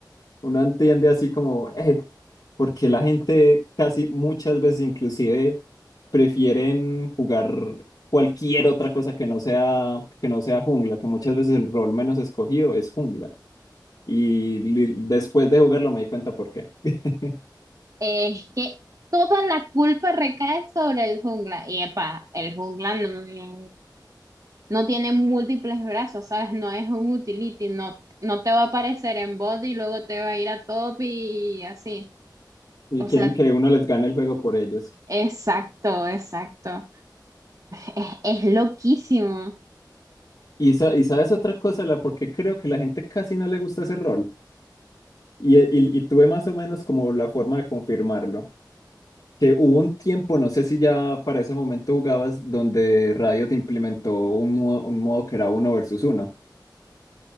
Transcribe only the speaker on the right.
Es que toda la culpa recae sobre el jungla. Y epa, el jungla no, es- no tiene múltiples brazos, ¿sabes? No es un utility, no, no te va a aparecer en bot y luego te va a ir a top y así.
O
sea,
exacto, exacto. Es, es loquísimo.